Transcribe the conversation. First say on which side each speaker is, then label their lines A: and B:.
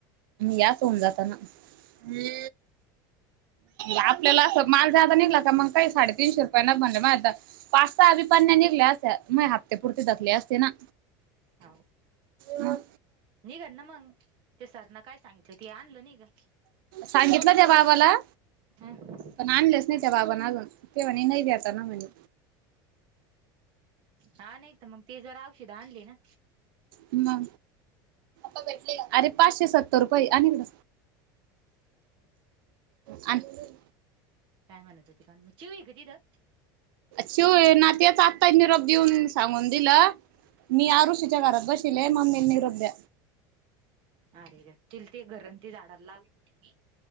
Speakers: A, on the right; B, on the right.
A: यात होऊन जाताना ह. आपल्याला अस माल जादा निघला का मग का साडेतीीनशे रुपया म आता पाच अभिपन्या निघल्या म ते पुरते दखले असते ना.
B: हो.
A: ह.
B: निघ ना मग ते सरनं काय सांगितलं ते आणलं नि ग.
A: सांगितलं त्या बाबाला
B: हम.
A: पण आणलेच नाही त्या बाबाांना अजून ते म्हणे नाही भ्याता ना म्हणे.
B: हा नाही तर मग ते जरा औशध आणले ना.
A: म भेटले अरे पाचशे सत्तर रुपये आणिकड आणि
B: काय म्हणत त का म चिव का तीथं.
A: शिव नात्या चाकतय निरोप देऊन सांगून दिलं मी आरुसीच्या घरात बसल मम्मी निरोध्या
B: अरे ज त ते घरण ते झाडाला लावत होती मी